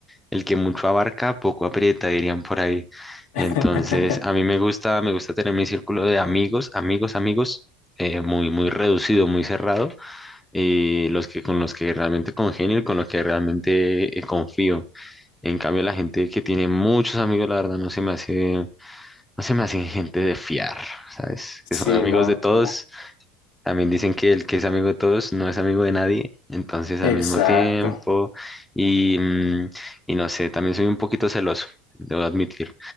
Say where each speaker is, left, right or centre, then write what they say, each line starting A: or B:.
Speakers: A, in the centre; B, on the left.
A: el que mucho abarca, poco aprieta, dirían por ahí.
B: <laughs>
A: Entonces, a mí me gusta, me gusta tener mi círculo de amigos, amigos, amigos, eh, muy, muy reducido, muy cerrado, y los que con los que realmente congenio y con los que realmente eh, confío. En cambio, la gente que tiene muchos amigos, la verdad, no se me hace, no se me hacen gente de fiar, ¿sabes? Que son
B: Sí,
A: amigos
B: no,
A: de todos
B: como-
A: también dicen que el que es amigo de todos no es amigo de nadie, entonces al
B: Exacto.
A: mismo tiempo, y, mm, y no sé, también soy un poquito celoso, debo admitir.